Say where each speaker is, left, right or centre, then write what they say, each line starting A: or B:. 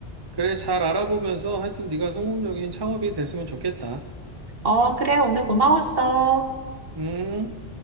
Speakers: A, on the right; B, on the right.
A: 그래. 잘 알아보면서 하여튼 네가 성공적인 창업이 됐으면 좋겠다.
B: 어, 그래, 오늘 고마웠어.
A: 음.